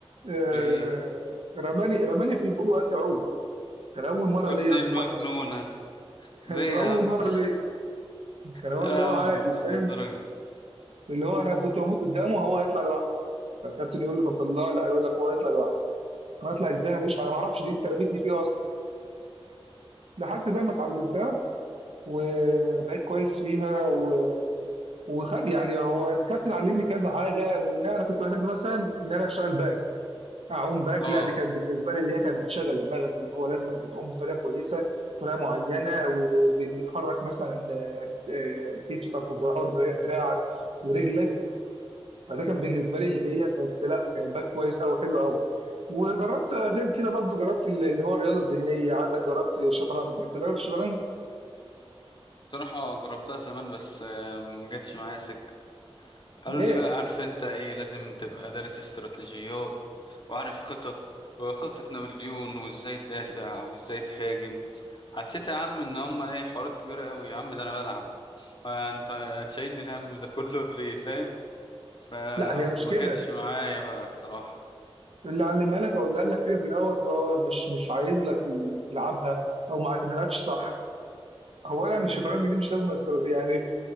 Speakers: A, on the right; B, on the left.
A: آه،
B: في إيه؟
A: رماني رماني في البول وقال لي عوم كان اول مره
B: يا
A: ليا
B: ابن
A: انزل
B: المجنونة
A: ميه اصلا كان
B: ليه
A: بيبقى
B: يا
A: اول
B: عم
A: مره ليه كان هو
B: لا
A: اللي
B: يا
A: هو عادي
B: عم مش
A: فاهم
B: للدرجة
A: اللي هو انا كنت بموت قدامه هو هيطلع لوحده فالكابتن يقول له طب طلعه لا يقول لك هو هيطلع لوحده انا هطلع ازاي انا مش انا ما اعرفش دي انت رميتني فيها اصلا لحد بقى ما اتعلمتها وبقيت كويس فيها و... وخد يعني هو الكابتن علمني كذا حاجه منها انا كنت بحب مثلا ان انا اشتغل باك اعوم باك
B: اه
A: لا دي كانت بالنسبه لي اللي هي كانت بتشغل دماغك اللي هو لازم انت تعوم بطريقه كويسه بطريقه معينه وبتحرك مثلا آه، آه، كتفك ودراعك ودراعك ورجلك فده كان بالنسبه لي اللي هي كانت لا كانت باك كويس قوي حلو قوي وجربت غير كده برضه جربت اللي اللي هو الرياضه الذهنيه عندك جربت الشطرنج انت جربت الشطرنج
B: بصراحة جربتها زمان بس آه، ما جاتش معايا سكة قالوا
A: ليه
B: لي بقى عارف انت ايه لازم تبقى دارس استراتيجيات وعارف خطط وخطة نابليون وازاي تدافع او ازاي تهاجم حسيت يا عم ان هم ايه حوارات كبيرة قوي يا عم ده انا بلعب آه، انت تشيلني الهم ده كله <laughs> ليه فاهم فما
A: لا هي مش كده
B: جاتش معايا بقى الصراحة
A: اللي علمها لك او اللي قال لك كده في الاول فهو مش مش عايز لك ال- تلعبها او ما علمها لكش صح اولا الشطرنج دي مش لازم استر- يعني